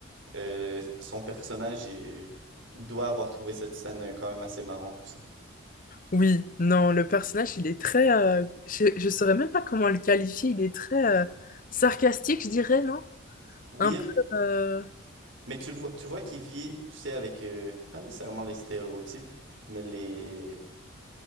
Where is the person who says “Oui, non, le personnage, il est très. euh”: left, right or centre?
Left